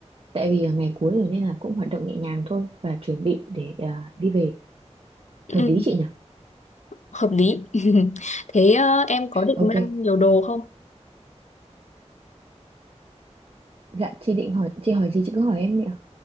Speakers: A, on the right; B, on the left.
A: tại vì là ngày cuối rồi nên là cũng hoạt động nhẹ nhàng thôi và chuẩn bị để ờ, đi về
B: ừ,
A: hợp lý chị nhỉ
B: hợp lý <laughs> thế ờ, em có định
A: ok
B: mang nhiều đồ không
A: dạ chị định hỏi chị hỏi gì chị cứ hỏi em đi ạ